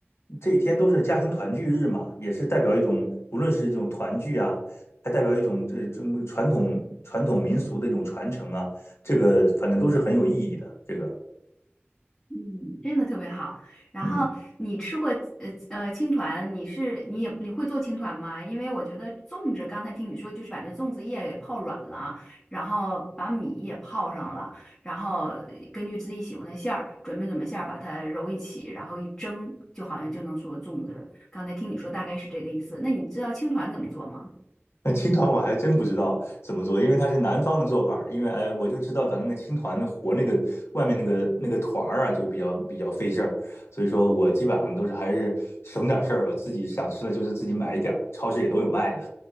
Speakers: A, on the left (about 75°); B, on the left (about 20°).
A: 这一天都是家庭团聚日嘛，也是代表一种，无论是一种团聚啊，还代表一种这中国传统传统民俗的一种传承啊，这个反正都是很有意义的。这个，
B: 嗯，真的特别好。然后你吃过呃呃青团，
A: 嗯，
B: 你是你也你会做青团吗？因为我觉得粽子，刚才听你说就是把那粽子叶给泡软了，然后把米也泡上了，然后呃根据自己喜欢的馅儿准备准备馅儿，把它揉一起，然后一蒸，就好像就能做粽子了刚才听你说大概是这个意思。那你知道青团怎么做吗？
A: <laughs> 那青团我还真不知道怎么做，因为它是南方的做法儿因为哎，我就知道反正那青团和那个外面那个那个团儿啊，就比较比较费事儿，所以说我基本上都是还是省点儿事儿吧，自己想吃的就是自己买一点儿，超市也都有卖的。